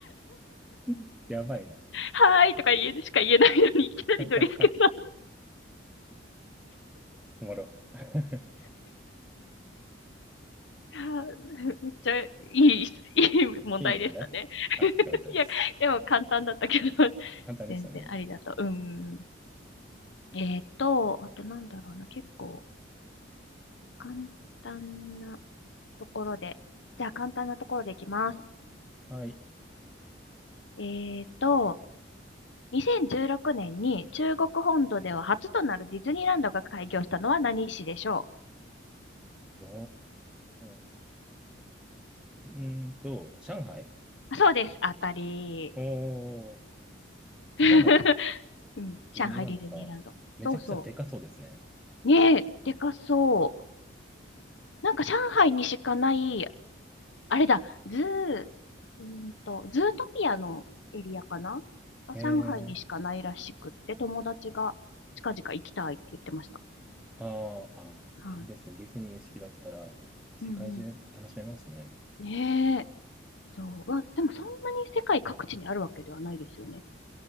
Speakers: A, in the centre; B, on the left.
A: <laughs> やばいな。
B: はーいとか言えしか言えないのに、いきなりノリスケさん。
A: <laughs>
B: <laughs>
A: おもろ。<laughs>
B: あーめっちゃいい、いい問題でしたね。
A: いい問題あ、
B: <laughs>
A: よかったです。
B: いや、でも簡単だったけど、
A: 簡単でしたね。
B: 全然ありだと。うんえっと、あとなんだろうな、結構簡単なところで。じゃあ簡単なところでいきます。
A: はい。
B: えっと、2016年に中国本土では初となるディズニーランドが開業したのは何市でしょ
A: おー。うーんと、上海
B: うあそうです。当たり。
A: おー。
B: <laughs>
A: 上海、
B: うん、
A: ディズニーランドか。
B: 上海ディズニーランド。
A: めちゃくちゃでかそうですね。
B: そうそう。ねえ、でかそう。なんか上海にしかないあれだ、ズー、うーんと、ズートピアのエリアかなあ上海にしかないらしくって、
A: えー。
B: 友達が近々行きたいって言ってました。
A: あーあー、
B: はい。
A: いいですね。ディズニー好きだったら、世界中楽しめますね。
B: うんうん。ねえ。そう。まあ、でもそんなに世界各地にあるわけではないですよね。